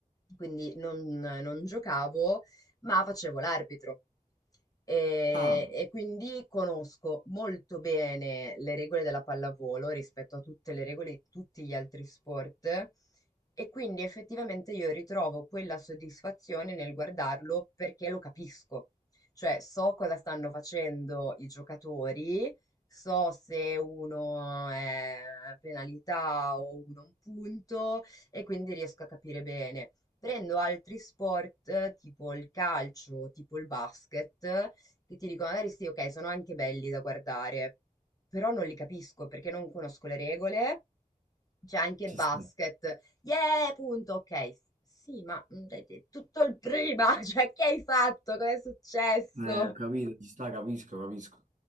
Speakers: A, on the left (about 25°); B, on the right (about 60°).
A: quindi non, non giocavo, ma facevo l'arbitro. E,
B: Ah.
A: e quindi conosco molto bene le regole della pallavolo rispetto a tutte le regole di tutti gli altri sport. E quindi effettivamente io ritrovo quella soddisfazione nel guardarlo perché lo capisco. Cioè, so cosa stanno facendo i giocatori So se uno è penalità o uno un punto e quindi riesco a capire bene. Prendo altri sport eh, tipo il calcio, tipo il basket, che ti dico magari sì, ok, sono anche belli da guardare, però non li capisco perché non conosco le regole. C'è anche
B: Ci
A: basket.
B: sta.
A: Yeah, punto, ok. s- Sì, ma mm, dai, dai, tutto il prima, <laughs> cioè che hai fatto? Cosa è successo?
B: Eh, ho capito, ci sta, capisco, capisco.